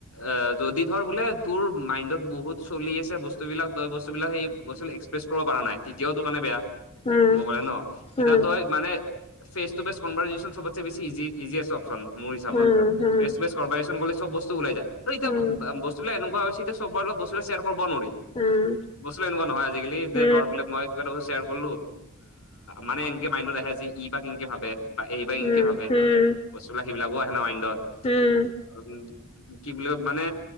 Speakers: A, on the left; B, on the left.
A: অ', যদি ধৰ বোলে তোৰ মাইণ্ডত বহুত চলি আছে বস্তুবিলাক বস্তুবিলাক সেই বস্তু একস্ৰেছ কৰিব পৰা নাই তেতিয়া মানে বেয়া
B: উম
A: ক'ব গ'লে ন ইটা
B: উম
A: ত ই মানে ফেচ টুে ফেচ কভাৰচেন চবতছে বেছি ইজি অপচন মোৰ হিচাপত
B: উম উম
A: ফেচ টু ফেচ কভাৰচেন কৰিলি চব বস্তু ওলায় যায় এতিয়া
B: উম
A: বস্ত এনেকুৱা হৈছে চবৰে লগত শ্বেয়াৰ কৰিব নোৱাৰি
B: উম
A: বস্ত গিলা এনেকুৱা নহয় আজিকালি যে
B: উম
A: ধৰ বোলে মই কিবা শ্বেয়াৰ কৰিলো মানে এনকে মাইণ্ডত আহে যে ই বাক কেনকে ভাবে বা এই বা এনকে
B: উম
A: ভাবে
B: উম
A: বস্তুবিলাক এইবিলাকো আহে ন মাইণ্ডত
B: উম
A: উ কি বুলি কয় মানে